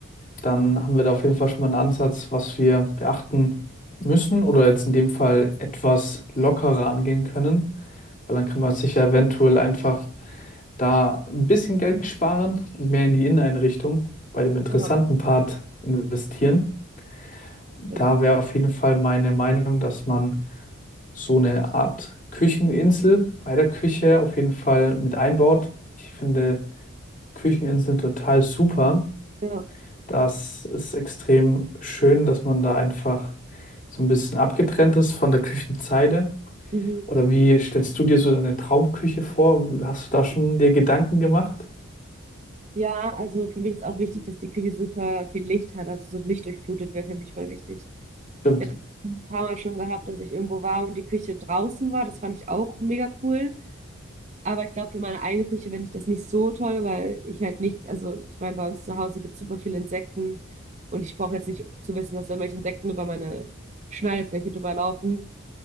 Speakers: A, on the left (about 35°); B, on the right (about 35°).
A: dann haben wir da auf jeden Fall schon mal einen Ansatz, was wir beachten müssen oder jetzt in dem Fall etwas lockerer angehen können, weil dann kann man sich ja eventuell einfach da ein bisschen Geld sparen und mehr in die Inneneinrichtung bei dem interessanten
B: Ja,
A: Part investieren. Da
B: stimmt.
A: wäre auf jeden Fall meine Meinung, dass man so eine Art Kücheninsel bei der Küche auf jeden Fall mit einbaut. Ich finde Kücheninseln total super
B: Ja.
A: Das ist extrem schön, dass man da einfach so ein bisschen abgetrennt ist von der Küchenzeile.
B: Mhm.
A: Oder wie stellst du dir so deine Traumküche vor? Hast du da schon dir Gedanken gemacht?
B: Ja, also für mich ist auch wichtig, dass die Küche super viel Licht hat. Also so lichtdurchflutet wäre für mich voll wichtig.
A: Stimmt,
B: Ich hatte ein paar Mal schon gehabt, dass ich irgendwo war und die Küche draußen war. Das fand ich auch mega cool. Aber ich glaube, für meine eigene Küche fände ich das nicht so toll, weil ich halt nicht, also ich meine, bei uns zu Hause gibt es super viele Insekten und ich brauche jetzt nicht zu wissen, dass da irgendwelche Insekten über meine Schneidefläche drüber laufen. Und